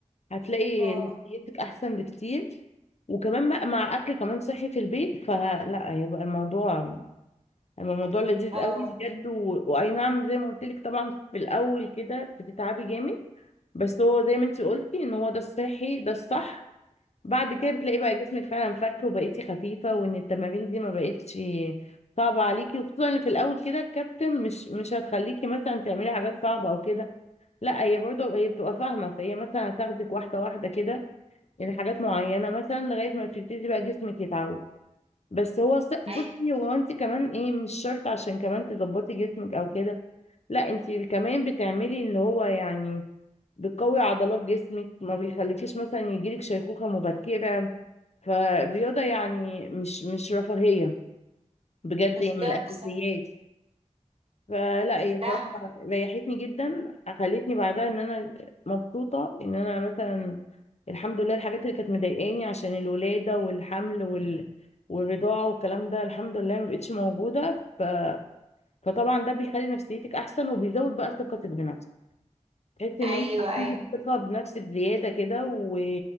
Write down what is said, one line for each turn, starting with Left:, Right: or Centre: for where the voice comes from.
Left: هتلاقي
Right: اه
Left: نفسيتك احسن بكتير وكمان بقى مع اكل كمان صحي في البيت فلا هيبقى الموضوع أما الموضوع لذيذ
Right: اه
Left: قوي بجد و... واي نعم زي ما قلت لك طبعا في الاول كده بتتعبي جامد بس هو زي ما انتي قلتي ان هو ده الصحي ده الصح بعد كده بتلاقي بقى جسمك فعلا فك وبقيتي خفيفة وان التمارين دي ما بقتش صعبة عليكي وخصوصا ان في الاول كده الكابتن مش مش هتخليكي مثلا تعملي حاجات صعبة او كده لا هي برضه هي بتبقى فاهمة فهي مثلا هتاخدك واحدة واحدة كده لحاجات معينة مثلا لغاية ما تبتدي بقى جسمك يتعود بس هو س- بصي
Right: اي
Left: هو انت كمان ايه مش شرط عشان كمان تظبطي جسمك او كده لا انت كمان بتعملي اللي هو يعني بتقوي عضلات جسمك ما بيخليكيش مثلا يجيلك شيخوخة مبكرة فالرياضة يعني مش مش رفاهية بجد
Right: بالظبط
Left: هي من الأساسيات
Right: صح.
Left: فلا هي
Right: لا
Left: صراحة ريحتني جدا خلتني بعدها ان انا مبسوطة ان انا مثلا الحمد لله الحاجات اللي كانت مضايقاني عشان الولادة والحمل وال... والرضاعة والكلام ده الحمد لله ما بقتش موجودة ف... فطبعا ده بيخلي نفسيتك احسن وبيزود بقى ثقتك بنفسك تحس ان
Right: ايوه
Left: انت
Right: ايوه
Left: عندك ثقه بنفسك زياده كده و...